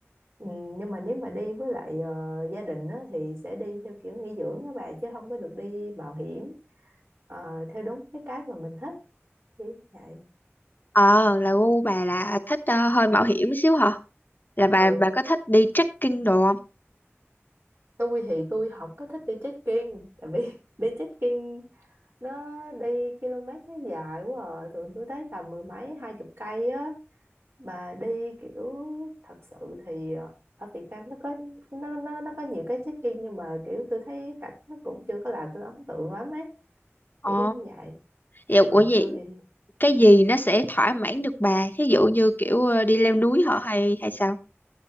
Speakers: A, on the right; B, on the left.
A: ừ, nhưng mà nếu mà đi với lại ờ, gia đình á, thì sẽ đi theo kiểu nghỉ dưỡng á bà chứ không có được đi mạo hiểm ờ, theo đúng cái cái mà mình thích kiểu vậy
B: ờ là gu bà là à, thích ờ, hơi mạo hiểm một xíu hả là bà
A: ừ
B: bà có thích đi trekking đồ không
A: tôi thì tôi không có thích đi trekking tại vì <laughs> đi trekking nó đi km nó dài quá à. thường tôi thấy tầm mười mấy hai chục cây á mà đi kiểu thật sự thì ờ, ở Việt Nam nó có nó nó nó có nhiều cái trekking nhưng mà kiểu tôi thấy cảnh nó cũng chưa có làm tôi ấn tượng lắm ấy
B: ồ
A: kiểu giống như vậy
B: vậy ủa
A: ờ,
B: vậy
A: tôi thì
B: cái gì nó sẽ thỏa mãn được bà thí dụ như kiểu ờ, đi leo núi hả hay hay sao